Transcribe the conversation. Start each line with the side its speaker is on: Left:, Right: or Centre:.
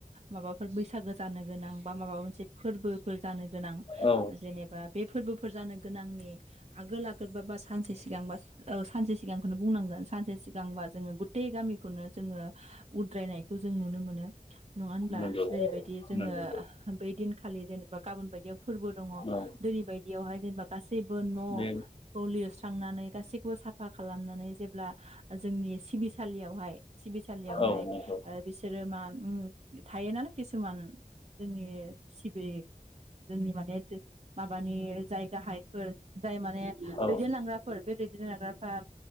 Right: माबाफोर बैसागो जानो गोनां बा माबा मोनसे फोरबोफोर जानो गोनां
Left: औ
Right: जेनेबा बे फोरबोफोर जानो गोनांनि आगोल-आगोल बा-बा सानसे सिगांबा औ सानसे सिगांखौनो बुंनांगोन सानसे सिगांबा जोंङो गु सै गामिखौनो जोंङो उद्रायनाय खौ जों नुनो मोनो नङा होनब्ला
Left: नंगौ
Right: जेरैबायदि जोंङो
Left: नंगौ
Right: बै दिनखालि जेनेबा गाबोन बायदियाव फोरबो दङ
Left: औ
Right: दिनै बायदियावहाय गासैबो न'
Left: बे
Right: खौ लिरस्रांनानै गासैखौबो साफा खालामनानै जेब्ला जोंनि सिबिसालियावहाय सिबिसालियावहाय
Left: औ नंगौ
Right: ओ बिसोरो मा ओम थायोनालाय किसुमान जोंनि सिबि जोंनि माने माबानि जायगाहाय फोर जाय माने दैदेनलांग्राफोर
Left: औ
Right: बे दैदेनलांग्राफ्रा